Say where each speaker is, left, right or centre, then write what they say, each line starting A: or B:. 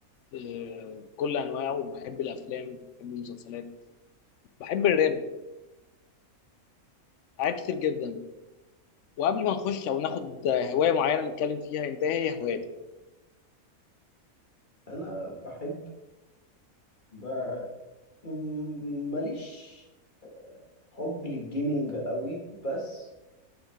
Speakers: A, on the left; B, on the left.
A: آه بكل أنواعه وبحب الأفلام بحب المسلسلات بحب الراب حاجات كتير جدا وقبل ما نخش أو ناخد هواية معينة نتكلم فيها أنت إيه هي هواياتك؟
B: انا بحب ب... م- ماليش حب للجيمينج قوي بس